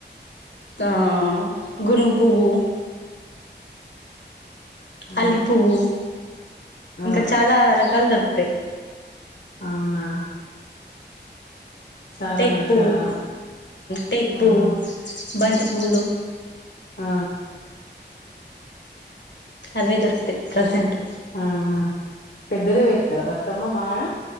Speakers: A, on the left; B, on the left.
A: త గునుగు పువ్వు.
B: ఆ!
A: అల్లి పువ్వు
B: ఆ!
A: ఇంక చాలా రకాలు దొరుకుతాయి.
B: అవునా. చాలా
A: టేకు
B: రకాలా?
A: పువ్వు టేక్
B: ఆహా!
A: పువ్వు బంతి పూలు
B: ఆ.
A: అవే దొరుకుతాయ్ ప్రెజెంట్.
B: అవునా. పెద్దదే పెడతారా బతుకమ్మ బాగా.